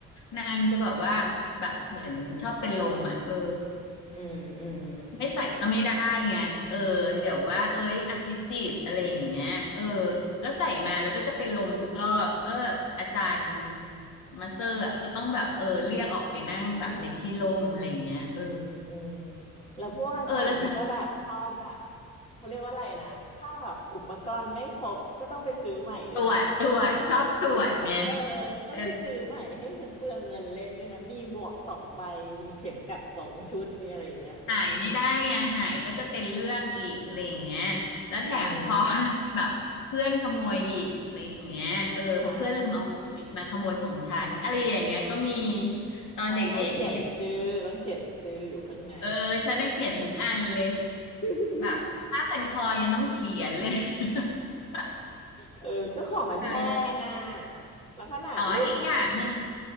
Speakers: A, on the left; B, on the left.
A: นางจะแบบว่าแบบเหมือนชอบเป็นลมอ่ะเออ
B: อืมอืม
A: ไม่ใส่ก็ไม่ได้ไงเออเดี๋ยวว่าเอ้ยอภิสิทธิ์อะไรอย่างเงี้ยเออ ก็ใส่มาแล้วก็จะเป็นลมทุกรอบก็อาจารย์มาเซอร์อะก็ต้องแบบเออเรียกออกไปนั่งแบบในที่ร่มอะไรอย่างเงี้ยเออ
B: อืมแล้วพวกอาจารย์นี้ก็แบบชอบแบบ
A: เออแล้วฉัน
B: เขาเรียกว่าอะไรนะถ้าแบบอุปกรณ์ไม่ครบก็ต้องไปซื้อใหม่ด้วยนะ
A: ตรวจตรวจชอบตรวจไง
B: เออต้องไปซื้อใหม่ให้ฉันเปลืองเงินเล่นด้วยนะมีหมวกสองใบมีเข็มกัดสองชุดมีอะไรอย่างเงี้ยแบบ
A: เออหายไม่ได้ไงหายก็จะเป็นเรื่องอีกอะไรอย่างเงี้ยแล้วแถมพอ
B: อื
A: <laughs>
B: ม
A: แบบเพื่อนขโมยอีกอะไรอย่างเงี้ยเออเพอเพื่อนลืมเอามามาขโมยของฉันอะไรอย่างเงี้ยก็มี
B: ใช่
A: ตอนเด็กๆนี้
B: ใช่ต้องเขียนชื่อต้องเขียนชื่ออยู่ข้างใน
A: เออฉันน่ะเขียนทุกอันเลย
B: <laughs>
A: แบบผ้าพันคอยังต้องเขียนเลย <laughs>
B: เออก็ของมันแพงอ่ะ
A: เออ
B: แล้วขนาดรุ่น
A: อ๋ออีกอย่างหนึ่ง